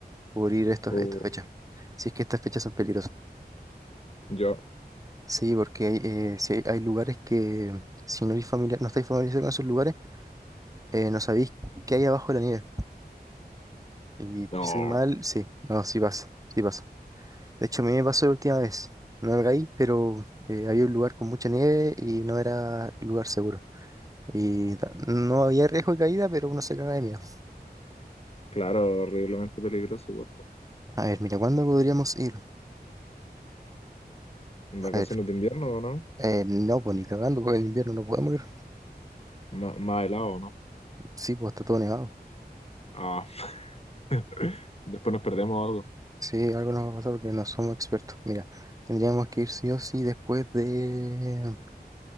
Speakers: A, on the right; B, on the left.
A: por ir a estos,
B: O
A: estas fechas. Si es que estas fechas son peligrosas.
B: yo.
A: Sí, porque hay, eh, sí hay, hay lugares que si no, eres familiar, no estáis familiarizados con esos lugares, eh, no sabéis qué hay abajo de la nieve. Y pisáis
B: No,
A: mal, sí, no, sí pasa, sí pasa. De hecho, a mí me pasó la última vez. No me caí, pero eh, había un lugar con mucha nieve y no era lugar seguro. Y ta- no había riesgo de caída, pero uno se caga de miedo.
B: claro, horriblemente peligroso. igual, po.
A: A ver, mira, ¿cuándo podríamos ir?
B: En
A: A
B: vacaciones
A: ver,
B: de invierno, ¿o ¿no?
A: eh, no, pues ni cagando, porque en invierno no podemos ir.
B: Ma- más helado, ¿o ¿no?
A: Sí, pues está todo nevado.
B: Ah. <laughs> Después nos perdemos algo.
A: Sí, algo nos va a pasar porque no somos expertos. Mira, tendríamos que ir sí o sí después de